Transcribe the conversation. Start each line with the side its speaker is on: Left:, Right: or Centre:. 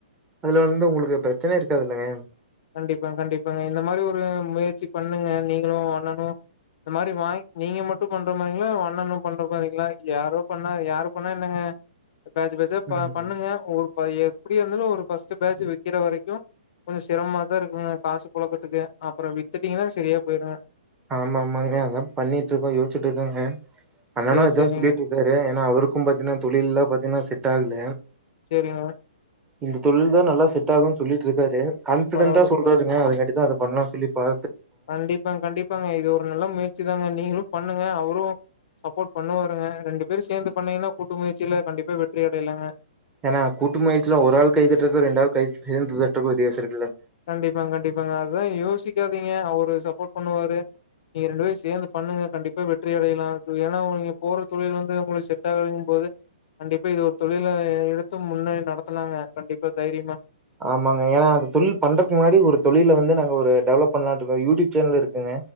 Right: அதுல வந்து உங்களுக்கு பிரச்சன இருக்காது இல்லங்க
Left: கண்டிப்பாங் கண்டிப்பாங்க இந்த மாரி ஒரு முயற்சி பண்ணுங்க நீங்களு அண்ணனு இந்த மாரி வாங் நீங்க மட்டு பண்ற மாரிங்ளா உங்க அண்ணனு பண்ற மாரிங்ளா யாரோ பண்ணா யாரு பண்ணா என்னங்க பேஜ் பேஜா ப
Right: ம்
Left: பண்ணுங்க ஒரு பா எப்டியாந்தாலு ஒரு ஃபர்ஸ்ட் பேட்ஜ் வெக்கிற வரைக்கு கொஞ்சோ சிரமமாதா இருக்குங்க காசு புழக்கத்துக்கு அப்றோ வித்துட்டீங்கன்னா செரியா போயிருங்க
Right: ஆமாமாங்க அதா பண்ணிட்டு இருக்கோ யோச்சிட்டு இருக்கோங்க அண்ணனு
Left: சரி
Right: இதா
Left: சரிங்க.
Right: சொல்லிட்டு இருக்காரு ஏனா அவருக்கு பாத்தீன்னா தொழில்லா பாத்தீன்னா செட் டாகுல
Left: சேரிங்க
Right: இந்த தொழில்தா நல்லா செட் ஆகுனு சொல்லிட்டு இருக்காரு கான்ஃபிடண்டா
Left: பரவால்ல
Right: சொல்றாருங்க அது காண்டிதா அது பண்ணலான் சொல்லி பா
Left: கண்டிப்பாங் கண்டி ப்பாங்க இது ஒரு நல்ல முயற்சிதாங்க நீங்களு பண்ணுங்க அவரு சப்போர்ட் பண்ணு வாருங்க ரெண்டு பேரு சேந்து பண்ணீங்கன்னா கூட்டு முயற்சில கண்டிப்பா வெற்றி அடையலாங்க
Right: ஏனா கூட்டு முயற்சில ஒரு ஆள் கை தட்டறதுக்கு ரெண்டு ஆள் கை சேந்து தட்டறதுக்கு வித்தியாசோ இருக்கு
Left: கண்டிப்பாங் கண்டிப்பாங்க அதா யோசி கக்காதிங்க அவரு சப்போர்ட் பண்ணுவாரு நீங்க ரெண்டு பேரு சேந்து பண்ணுங்க கண்டிப்பா வெற்றி அடையலா ஏனா உங்ளுக் நீங்க போற தொழில் வந்து உங்களுக்கு செட் ஆகலிங் போது கண்டிப்பா இது ஒரு தொழில எடுத்து முன்னாடி நடத்தலாங்க கண்டிப்பா தைரியமா
Right: ஆமாங்க ஏனா அந்த தொழில் பண்றக்கு முன்னாடி ஒரு தொழில வந்து நாங்க ஒரு டெவலப் பண்லான்ட்ருக்கோ யூடியூப் சேனல் இருக்குங்க